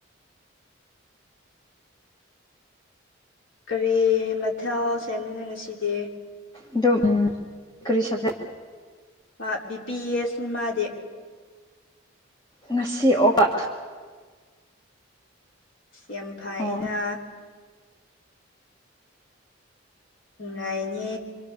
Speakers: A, on the left; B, on the left.
A: ꯀꯔꯤ ꯃꯊꯦꯜ ꯁꯦꯝꯗꯨꯏꯅꯣ ꯉꯁꯤꯗꯤ
B: ꯛꯗꯣ ꯎꯝ ꯀꯔꯤ ꯁꯥꯞꯖꯦꯛ
A: ꯃꯥ ꯕꯤ ꯄꯤ ꯌꯦꯏꯅꯤ ꯃꯥꯗꯤ
B: ꯉꯁꯤ ꯑꯣꯢꯕ
A: ꯌꯥꯝ ꯐꯩꯌꯦꯅ
B: ꯑꯣ
A: ꯅꯨꯡꯉꯥꯏꯅꯦ